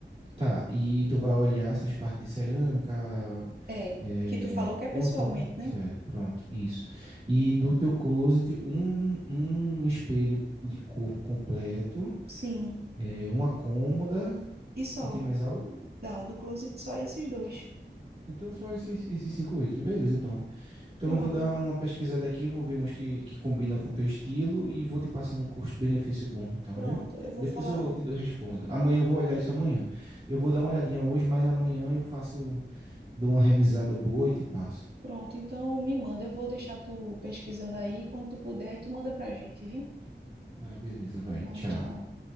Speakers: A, on the right; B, on the right.
A: Tá, e tu vai olhar essas partes de cerâmica,
B: É,
A: é,
B: que tu falou que é
A: junta,
B: pessoalmente,
A: ó,
B: né?
A: certo, pronto, isso. E do teu closet, um, um espelho de corpo completo
B: Sim,
A: é, uma cômoda
B: e só.
A: e tem mais algo?
B: Não, do closet só esses dois.
A: Então só esses, esses cinco itens, beleza, então. Então
B: Pronto.
A: eu vou dar uma pesquisada aqui, vou ver uns que, que combinam com o teu estilo e vou te passando um custo-benefício bom, então,
B: Pronto,
A: viu?
B: eu vou
A: Depois
B: falar.
A: eu te dou- respondo. Amanhã eu vou olhar isso amanhã. Eu vou dar uma olhadinha hoje, mas amanhã eu faço, dou uma revisada boa e te passo.
B: Pronto, então me manda. Eu vou deixar tu pesquisando aí. Quando tu puder, aí tu manda pra gente, viu?
A: Ah, beleza, vai.
B: Vai,
A: Tchau.
B: tchau.